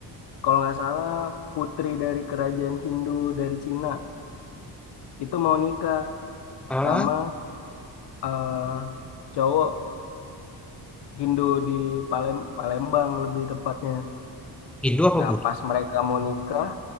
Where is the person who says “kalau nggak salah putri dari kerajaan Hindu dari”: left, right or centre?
Left